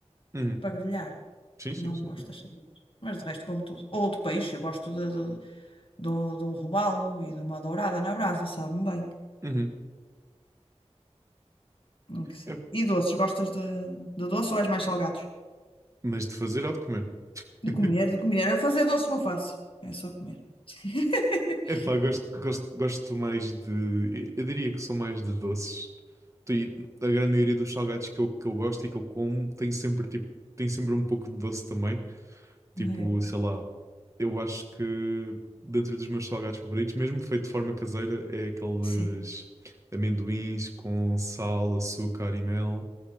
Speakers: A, on the right; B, on the left.
A: Uhum.
B: para grelhar.
A: Sim, sim,
B: Não
A: sim,
B: gosto
A: sim.
B: das sardinhas. Mas de resto como tudo. Ou outro peixe, eu gosto de, de, do- de um robalo e de uma dourada na brasa, sabe-me bem.
A: Uhum.
B: Tem que ser.
A: É,
B: E doces, gostas de, de doce ou és mais salgados?
A: mas de fazer ou de comer?
B: De
A: <laughs>
B: comer, de comer. Eu fazer doce não faço, é só comer. <laughs>
A: Epá, gosto, gosto, gosto mais de. Eu diria que sou mais de doces. E A grande maioria dos salgados que eu, que eu gosto e que eu como tem sempre, tipo, tem sempre um pouco de doce também. Tipo,
B: Ai,
A: sei lá, eu acho que dentro dos meus salgados favoritos, mesmo feito de forma caseira, é aqueles
B: Sim.
A: amendoins com sal, açúcar e mel.